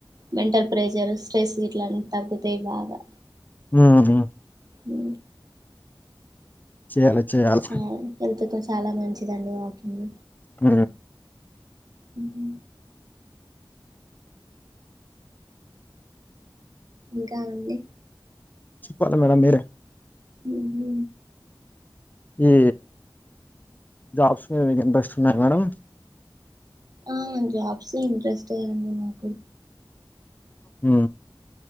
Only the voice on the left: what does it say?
ఉ హుం
చేయాలి చేయాలి
అ
చెప్పాలి మేడం మీరే
ఏ జాబ్స్ మీద ఇంట్రెస్ట్ ఉన్నాయి మేడం
ఉ